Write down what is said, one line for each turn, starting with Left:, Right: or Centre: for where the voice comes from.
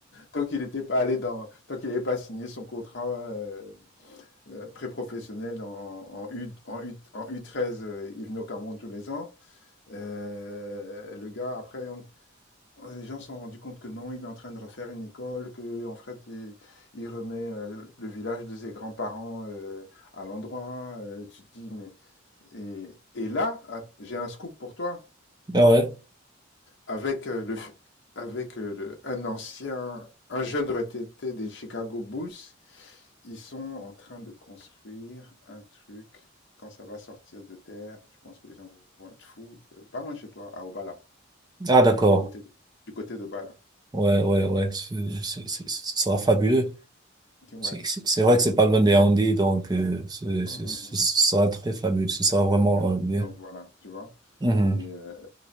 Left: Tant qu'il n'était pas allé dans, tant qu'il n'avait pas signé son contrat euh, euh, pré-professionnel en, en, U, en, U, en U13, euh, il venait au Cameroun tous les ans. Euh, le gars, après, on- les gens se sont rendus compte que non, il est en train de refaire une école, que en fait, il, il remet euh, le village de ses grands-parents euh, à l'endroit. euh, tu te dis, mais et, et là, ah, j'ai un scoop pour toi
Right: ah ouais
Left: avec euh, le, avec euh, le- un ancien, un jeune retraité des Chicago Bulls Ils sont en train de construire un truc. Quand ça va sortir de terre, je pense que les gens vont être fous. Euh, Pas loin de chez toi, à Obala,
Right: ah d'accord
Left: du côté, du côté d'Obala.
Right: ouais ouais ouais c'est c'est c'est- ce sera fabuleux
Left: Ok, Ouais.
Right: c'est c'est c'est vrai que c'est pas loin de Yaoundé donc euh, ce
Left: Hum,
Right: ce-
Left: hum,
Right: ce
Left: hum.
Right: sera très fabuleux ce sera vraiment
Left: Ouais, ouais.
Right: euh, bien
Left: Donc voilà, tu vois.
Right: Mhm.
Left: Et, euh,